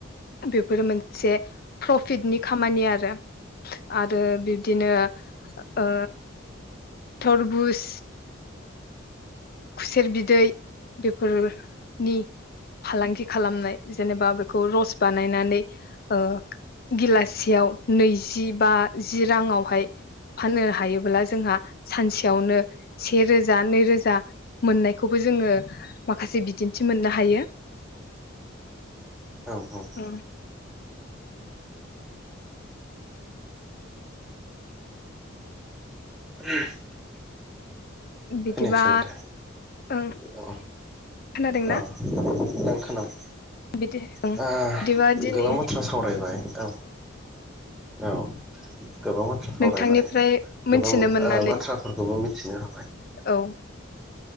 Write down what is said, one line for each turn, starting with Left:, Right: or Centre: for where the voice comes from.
Left: बेफोरो मोन से प्रफिटनि खामानि आ रा आरो बि दिनो ओ थरबुस खुसेर बिदै बे फोर नि फालांगि खालामनाय जेनेबा बेखौ रस बानायनानै ओ गिलाससेयाव नैजि बा जि राङावहाय फाननो हायोब्ला जोंहा सानसेयावनो सेेरोजा नै रोजा मोननायखौबो जोङो माखासे बिदिन्थि मोननो हायो ।
Centre: औ औ ।
Left: ओं
Centre: <unintelligible>
Left: बिदिबा
Centre: खोनायासै माथो
Left: ओं
Centre: अ
Left: खोनादोंना
Centre: अ मोजां खोनाबाय
Left: बिदि
Centre: दा
Left: बिदिबा दिनै
Centre: गोबां बाथ्रा सावरायबाय औ औ । गोबां बाथ्रा सावरायबाय
Left: नोंथांनिफ्राय मोनथिनो
Centre: गोबां ओ
Left: मोननानै
Centre: बाथ्राफोरखौबो मिथिनो हाबाय ।
Left: औ ।